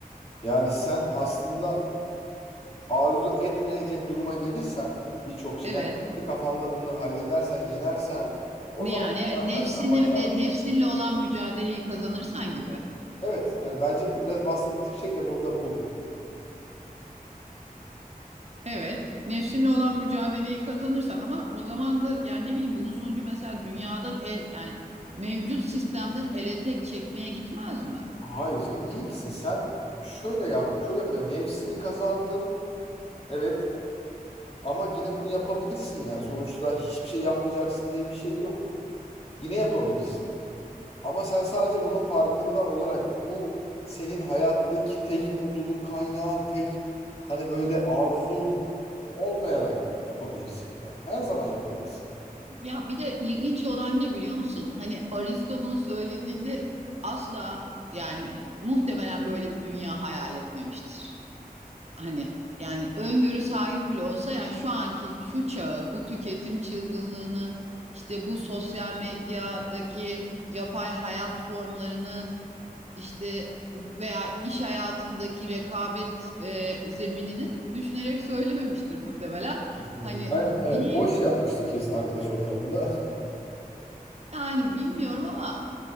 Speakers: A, on the left; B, on the right.
A: Yani sen aslında arzu etmeyecek duruma gelirsen birçok şey
B: Evet.
A: yani kafanda bunları halledersen yenersen o
B: Ne
A: zaman
B: yani? Evet.
A: zaten
B: Nefsini
A: sen başardın.
B: de nefsinle olan mücadeleyi kazanırsan gibi.
A: Evet yani bence biraz bahsettiğimiz şey de burada bu.
B: Evet. Nefsinle olan mücadeleyi kazanırsan ama o zaman da yani ne bileyim bunun sonucu mesela dünyadan el yani mevcut sistemden ele tek çekmeye gitmez mi?
A: Hayır canım niye gitsin sen şöyle yap şöyle yapacaksın nefsini kazandın evet ama yine bunu yapabilirsin yani sonuçta hiçbir şey yapmayacaksın diye bir şey yok. Yine yapabilirsin. Ama sen sadece bunun farkında olarak bu senin hayattaki tek mutluluk kaynağın, tek hani böyle arzun olmayarak yapabilirsin yani. Her zaman yapabilirsin.
B: Ya bir de ilginç olan ne biliyor musun? Hani Aristo bunu söylediğinde asla yani muhtemelen böyle bir dünya hayal etmemiştir. hani yani öngörü sahibi bile olsa yani şu anki şu çağı, bu tüketim çılgınlığını, işte bu sosyal medyadaki yapay hayat formlarını işte veya iş hayatındaki rekabet e, zeminini düşünerek söylememiştir muhtemelen.
A: Kesinlikle.
B: Hani
A: Ben evet
B: değil
A: boş yapmıştır kesin arkadaş ortamında. <laughs>
B: Yani bilmiyorum ama